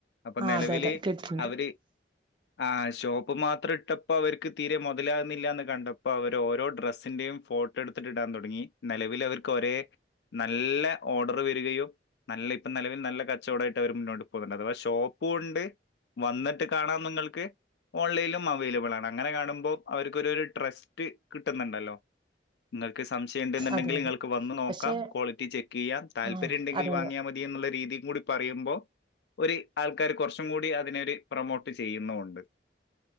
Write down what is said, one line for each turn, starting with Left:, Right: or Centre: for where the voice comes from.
Left: അപ്പൊ
Right: ആ
Left: നിലവില്
Right: അതെ അതെ കേട്ടിട്ടുണ്ട്
Left: അവര് ആഹ് ഷോപ്പ് മാത്രട്ടപ്പോ അവർക്ക് തീരെ മുതലാകുന്നില്ലന്ന് കണ്ടപ്പോ അവർ ഓരോ ഡ്രസ്സിന്റെയും ഫോട്ടോ എടുത്തിട്ട് ഇടാൻ തുടങ്ങി നിലവില് അവർക്ക് ഒരേ നല്ല ഓർഡർ വരികയും നല്ല ഇപ്പം നിലവിൽ നല്ല കച്ചോടായിട്ട് അവർ മുന്നോട്ട് പോകുന്നുണ്ട് അതവാ ഷോപ്പുണ്ട് വന്നിട്ട് കാണാം ന്നിങ്ങൾക്ക് ഓൺലൈനിലും അവൈലിബിളാണ് അങ്ങനെ കാണുമ്പോൾ അവർക്കൊരു ട്രസ്റ്റ് കിട്ടുന്നുണ്ടല്ലോ ഇങ്ങൾക്ക് സംശയണ്ടെന്നുണ്ടങ്കിൽ
Right: അതെ
Left: ഇങ്ങക്ക്
Right: അതെ
Left: വന്ന് നോക്കാം
Right: പക്ഷെ
Left: ക്വാളിറ്റി ചെക്ക് ചെയ്യാം താല്പര്യംണ്ടെങ്കിൽ
Right: ആ അതെ
Left: വാങ്ങിയാ
Right: അതെ
Left: മതി ടി എന്നുള്ള രീതി കൂടി പറയുമ്പോൾ ഒരു ആൾക്കാര് കുറച്ചും കൂടി അതിനെ ത് പ്രൊമോട്ട് ചെയ്യുന്നുണ്ട്